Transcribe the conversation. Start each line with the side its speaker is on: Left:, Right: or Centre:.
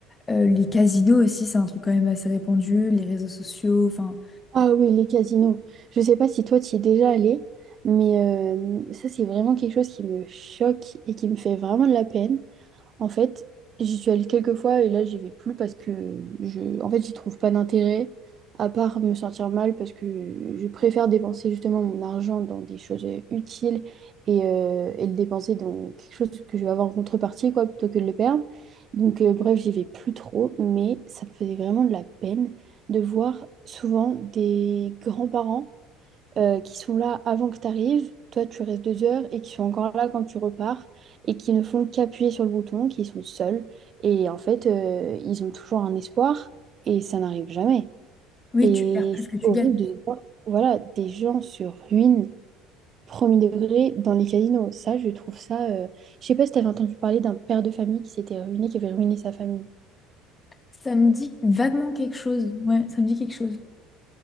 Left: euh, les casinos aussi, c'est un truc quand même assez répandu, les réseaux sociaux, enfin,
Right: Ah oui, les casinos. Je sais pas si toi, tu y es déjà allé, mais euh, ça, c'est vraiment quelque chose qui me choque et qui me fait vraiment de la peine. En fait, j'y suis allée quelques fois et là, j'y vais plus parce que je, en fait, j'y trouve pas d'intérêt, à part me sentir mal parce que je préfère dépenser justement mon argent dans des choses euh, utiles et, euh, et le dépenser dans quelque chose que je vais avoir en contrepartie, quoi, plutôt que de le perdre. Donc, euh, bref, j'y vais plus trop, mais ça me faisait vraiment de la peine de voir souvent des grands-parents euh, qui sont là avant que tu arrives, toi tu restes deux heures et qui sont encore là quand tu repars et qui ne font qu'appuyer sur le bouton, qui sont seuls et en fait euh, ils ont toujours un espoir et ça n'arrive jamais.
Left: oui,
Right: Et
Left: tu perds plus
Right: c'est
Left: que tu
Right: horrible
Left: gagnes.
Right: de voir voilà, des gens se ruinent premier degré dans les casinos. Ça, je trouve ça. euh, Je sais pas si tu avais entendu parler d'un père de famille qui s'était ruiné, qui avait ruiné sa famille.
Left: Ça me dit vaguement quelque chose, ouais, ça me dit quelque chose.